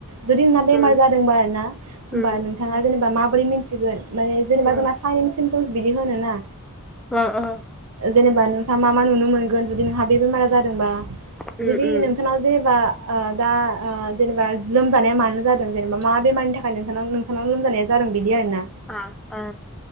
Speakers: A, on the right; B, in the centre.
A: जुदि नोंना बेमार
B: उम
A: जादोंबा आरो ना होनबा
B: उम
A: नोंथाङा जेनेबा मा बोरै मिन्थिगोन। माने जेनेबा
B: अ
A: जोंना चाइननिसिम बिदि होनो ना।
B: ओ ओ।
A: जेनेबा नोंथाङा मा मा नुनो मोनगोन जुदि नोंहा बे बेमारा जादोंबा
B: उम
A: जुदि
B: उम
A: नोंथांनाव जेनेबा ओ दा ओ जेनेबा लोमजानाया मानो जादों जेनेबा मा बेमारनि थाखाय नोंसानाव नोंसानाव लोमजानाया जादों बिदि आरोना।
B: अ अ